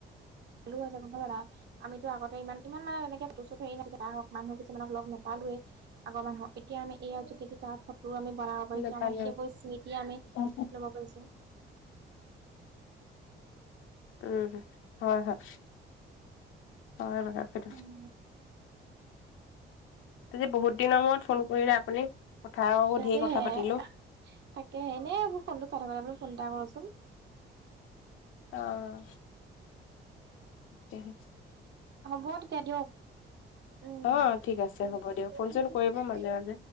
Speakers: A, on the right; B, on the left.
A: ভালো আছে <unintelligible> আমিতো আগতে ইমান, ইমান মানে তেনেকে ফটো-চতো হেৰি না হওঁক মানুহ কিছুমানক লগ নাপাল আগৰ মানুহক। এতিয়া আমি এইয়া যুগিতি তাৰ আমি বনাব পাৰিছো
B: নেপালে
A: আমাৰ সেইবোৰ স্মৃতি আমি
B: উম
A: লব পাৰিছো।
B: উম', হয়'-হয়'। হয়', মানে সেইটো
A: উম
B: আজি বহুত দিনৰ মূৰত ফোন কৰিলে আপুনি। কথাও
A: তাকেহে,
B: ঢেৰ কথা পাতিলো
A: তাকে এনে মোৰ ফোনটো চাই থকাৰ বাবে ফোন এটা কৰোচোন।
B: অ'। তেনেকে
A: হব তে দিয়ক উম'।
B: অ ঠিক আছে হ'ব দিয়ক
A: <unintelligible>
B: ফোন চোন কৰিব মাজে মাজে